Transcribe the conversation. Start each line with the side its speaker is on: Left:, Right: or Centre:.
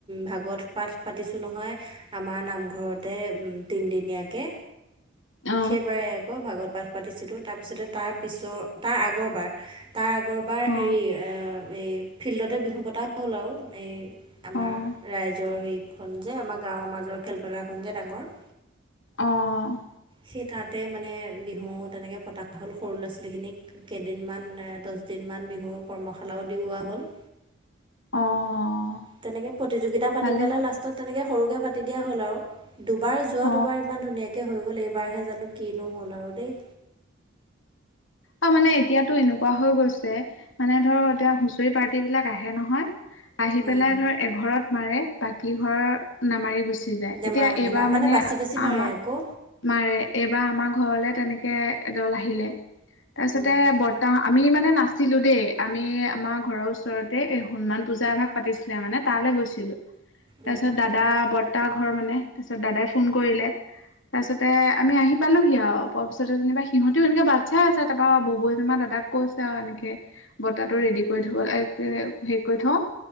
Right: ভাগৱত পাঠ পাতিছোঁ নহয়- আমাৰ নামঘৰতে তিনিদিনীয়াকে।
Left: অ
Right: সেইবাৰেই আকৌ ভাগত পাঠ পাতিছিলোঁ তাৰপিছতে তাৰ পিছৰ তাৰ আগৰবাৰ- তাৰ আগৰবাৰ
Left: অ
Right: হেৰি এই ফিল্ডতে বিহু পতা হ'ল আৰু এই- আমাৰ
Left: অ
Right: ৰাইজৰ হেইতখন যে আমাৰ গাঁৱৰ মাজৰ খেলপথাৰখন যে ডাঙৰ-
Left: অঁ অ।
Right: সেই তাতে মানে বিহু তেনেকে পতা হ'ল সৰু ল'ৰা ছোৱালীখিনিক কেইদিনমান এ দচ- দিনমান বিহুৰ কৰ্মশালাও দিওৱা হ'ল।
Left: <unintelligible> অ',
Right: তেনেকে প্ৰতিযোগিতা পাতি
Left: ভালে
Right: পেলাই লাষ্টত তেনেকে সৰুকে পাতি দিয়া হ'ল আৰু। দুবাৰ যোৱা
Left: অ',
Right: দুবাৰ ইমান ধুনীয়াকে হৈ গ'ল এইবাৰহে জানো কিনো হ'ল আৰু দেই।
Left: অ মানে এতিয়াতো এনেকুৱা হৈ গৈছে মানে ধৰ এতিয়া হুঁচৰি পাৰ্টি বিলাক- আহে নহয় আহি
Right: উম,
Left: পেলাই ধৱ এঘৰত মাৰে বাকী ঘৰ নামাৰি গুচি-
Right: নেমাৰে
Left: এতিয়া এইবাৰ
Right: নেমাৰে
Left: মানে
Right: বাচি বাচি মাৰে
Left: আমা-
Right: আকৌ
Left: মাৰে এইবাৰ আমাৰ ঘৰলে তেনেকে এ দল আহিলে। তাপিছতে
Right: উম,
Left: বৰ্তাহ আমি মানে নাচ- ছিলো দেই আমি আমাৰ ঘৰৰ ওচৰতে এই হনুমান পূজাএভাগ পাতিছিলে মানে তালে গৈছিলো। তাপিছত
Right: উম,
Left: দাদা বৰ্তা ঘৰ মানে তাৰপিছত দাদাই ফোন কৰিলে- তাপিছতে আমি আহি পালোহি আও পোৱা পিছতে যেনিবা সিহত- টিও এনেকে বাত ছাই আছে তাপা ববৌৱে জেনেবা দাদাক কৈছে আৰু এনেকে- বতাটো ৰেডি কৰি থব লাগ হেৰি কৰি থওঁ-